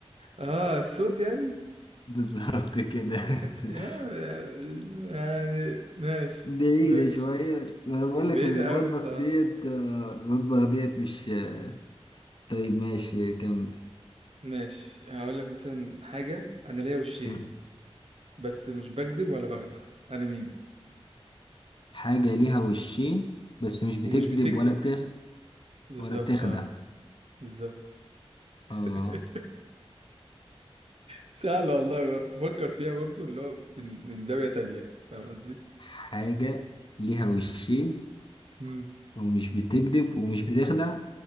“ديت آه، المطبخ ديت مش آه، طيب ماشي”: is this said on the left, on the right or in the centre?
Left